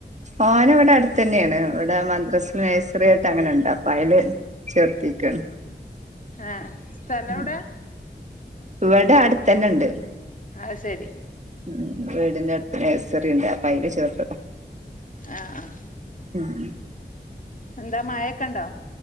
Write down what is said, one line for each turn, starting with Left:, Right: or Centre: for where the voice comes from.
Right: ഓന് വ്ടെ അടുത്തന്നെയാണ് ഇവിടെ മദ്രസ് നേഴ്സറിയായിട്ട് അങ്ങനെണ്ട് അപ്പയ്ല് ചേർത്തിയ്ക്കാണ്
Left: ആഹ് സ്ഥലം
Right: ഉം
Left: എവിടെ
Right: ഇവടെ അട്ത്തന്നെണ്ട്
Left: അഹ് സെരി
Right: ഉം വീടിന്റെ അടുത്ത് നഴ്സറിണ്ട് അപ്പയ്ല് ചേർത്തതാ
Left: ആഹ് ആഹ്
Right: ഉം
Left: എന്താ മഴക്കെണ്ടോ?